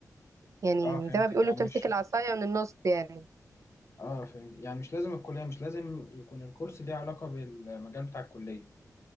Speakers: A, on the right; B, on the left.
A: يعني
B: اه فهمتك
A: زي ما بيقولوا
B: يعني
A: تمسك
B: مش
A: العصاية من النص يعني
B: اه فهمت يعني مش لازم الكليه مش لازم يكون الكورس ليه علاقه بالمجال بتاع الكليه